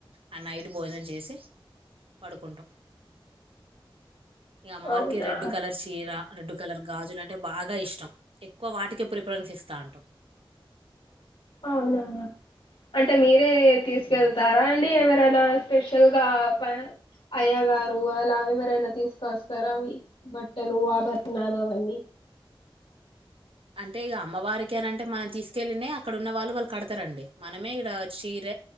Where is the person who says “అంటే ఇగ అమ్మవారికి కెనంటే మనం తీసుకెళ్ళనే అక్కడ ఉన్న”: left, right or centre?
Right